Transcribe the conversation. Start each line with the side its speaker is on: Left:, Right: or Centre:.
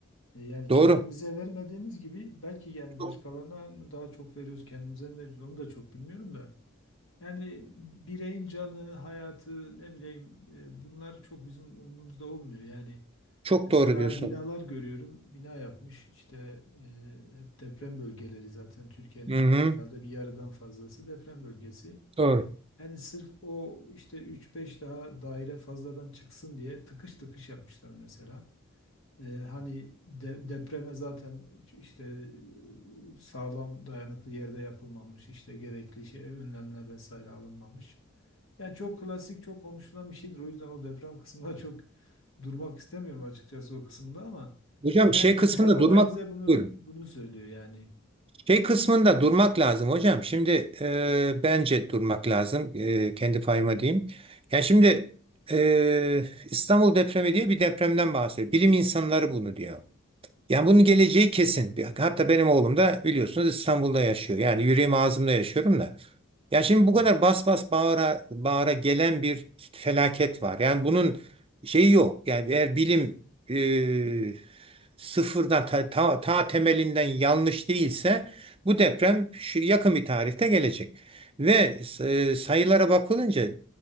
Left: E, yani
Right: doğru.
Left: kendimize vermediğimiz gibi belki yani
Right: Çok,
Left: başkalarına daha çok veriyoruz kendimize mi veriyoruz onu da çok bilmiyorum da. Yani bireyin canı, hayatı ne bileyim e, bunlar çok bizim umurumuzda olmuyor. Yani
Right: çok
Left: mesela
Right: doğru diyorsun.
Left: binalar görüyorum. Bina yapmış işte e, hep deprem bölgeleri zaten Türkiye'nin
Right: Hı hı,
Left: herhalde bir yarıdan fazlası deprem bölgesi.
Right: doğru.
Left: Yani sırf o işte üç beş daha daire fazladan çıksın diye tıkış tıkış yapmışlar mesela. E, hani de- depreme zaten işte e, sağlam dayanıklı yerde yapılmamış işte gerekli şey önlemler vesaire alınmamış. Ya çok klasik, çok konuşulan bir şeydir. O yüzden o deprem kısmında <laughs> çok durmak istemiyorum açıkçası o kısımda ama
Right: Hocam
Left: yani
Right: şey kısmında
Left: her olay
Right: durmak
Left: bize bunu
Right: Buyurun.
Left: bunu söylüyor yani.
Right: Şey kısmında durmak lazım hocam. Şimdi e, bence durmak lazım. E, kendi payıma diyeyim. Yani şimdi e, İstanbul depremi diye bir depremden bahsediyor. Bilim insanları bunu diyor. Yani bunun geleceği kesin. Bir- Hatta benim oğlum da biliyorsunuz İstanbul'da yaşıyor. Yani yüreğim ağzımda yaşıyorum da. Ya şimdi
Left: Evet.
Right: bu kadar bas bas bağıra bağıra gelen bir felaket var. Yani bunun şeyi yok. Yani eğer bilim e, sıfırdan ta, ta, ta temelinden yanlış değilse bu deprem şu yakın bir tarihte gelecek. Ve e, sayılara bakılınca